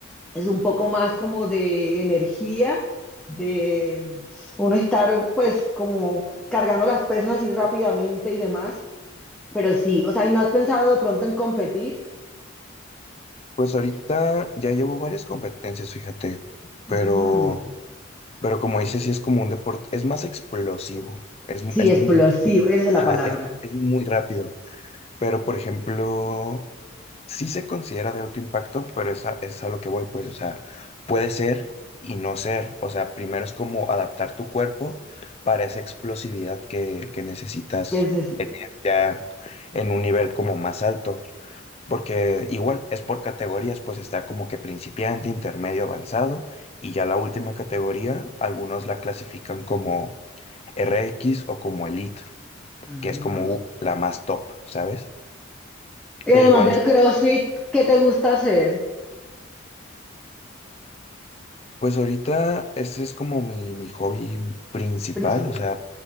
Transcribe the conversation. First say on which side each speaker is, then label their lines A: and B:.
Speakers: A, in the centre; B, on the left.
A: Es un poco más como de energía, de uno estar pues como cargando las pesas así rápidamente y demás. Pero sí, o sea, ¿y no has pensado de pronto en competir?
B: Pues ahorita ya llevo varias competencias, fíjate, pero,
A: Mm,
B: pero como dices, sí es como un deporte, es más explosivo, es,
A: sí,
B: es,
A: explosivo,
B: mu-
A: esa es la
B: ajá,
A: palabra
B: es es muy rápido. Pero, por ejemplo, sí se considera de alto impacto, pero es a, es a lo que voy, pues, o sea, puede ser y no ser. O sea, primero es como adaptar tu cuerpo para esa explosividad que, que necesitas
A: que necesitas.
B: ya en un nivel como más alto. Porque igual es por categorías, pues está como que principiante, intermedio, avanzado, y ya la última categoría, algunos la clasifican como RX o como Elite,
A: Mm,
B: que es como
A: no.
B: uh, la más top, ¿sabes?
A: Y
B: Pero
A: además
B: igual
A: del CrossFit, ¿qué te gusta hacer?
B: Pues ahorita ese es como mi, mi hobby principal,
A: Princip-
B: o sea,